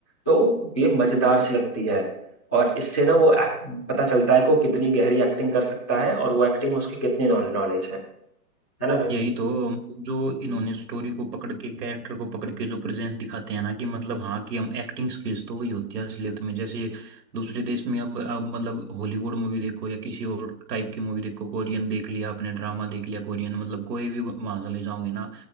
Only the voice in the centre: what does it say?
तो ये मजेदार सी लगती है और इससे ना वो act- पता चलता है कि वो कितनी गहरी एक्टिंग कर सकता है और वो एक्टिंग में उसकी कितनी नॉलेज है है ना भाई